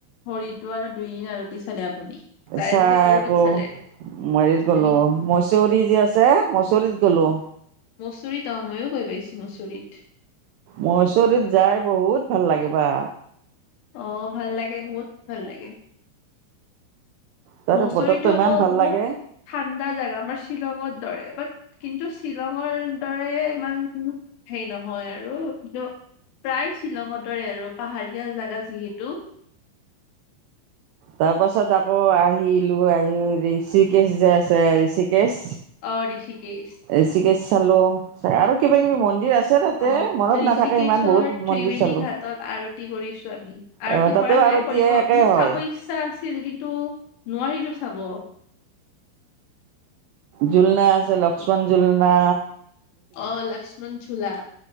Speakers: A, on the left; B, on the right.
A: হৰিটো আৰু দুইদিন আৰতি চালে আপুনি তাৰে
B: চাই
A: পিছত আৰু
B: আকৌ
A: ক'ত চালে
B: হেৰিত গলো,
A: হেৰি
B: ‌ মচৌৰি যে আছে, ‌ মচৌৰিত গলোঁ।
A: মৌচৰিত অ', ময়ো গৈ পাইছো মচৌৰিত।
B: মচৌৰিত যায় বহুত ভাল লাগিবা।
A: অ ভাল লাগে, বহুত ভাল লাগে।
B: তাৰে
A: মচৌৰিতটো
B: বতৰটো ইমান
A: আকৌ
B: ভাল
A: বহুত
B: লাগে
A: ঠাণ্ডা জেগা, আমাৰ শ্বিলঙৰ দৰে, কিন্তু শ্বিলঙৰ দৰে ইমান হেৰি নহয় আৰু কিন্তু প্ৰায় শ্বিলঙৰ দৰে আৰু পাহাৰীয়া জেগা যিহেতু।
B: তাৰ পাছত আকৌ আহিলো আহি ঋষিকেশ যে আছে <unintelligible> কেশ,
A: অ ঋষিকেশ
B: ঋষিকেশ। চালো, চাই আৰু কিবা কিবি মন্দিৰ আছে তাতে
A: অ'
B: মনত
A: ঋষিকেশ্বৰ
B: নাথাকে ইমান বহুত
A: ত্ৰিবেণী
B: মন্দিৰ চালো
A: ঘাটত আৰতি কৰিছো আমি, ‌ আৰতি
B: আহ তাতেও
A: কৰা নাই,
B: আৰতিয়ে
A: কৰিব‌,
B: একেই
A: মানে
B: হয়
A: চাব ইচ্ছা আছে। <unintelligible> ছিল কিন্তু নোৱাৰিলো চাব।
B: ঝুলনা আছে, লক্ষ্মণ ঝুলনা।
A: অ, লক্ষ্মণ ঝোলা।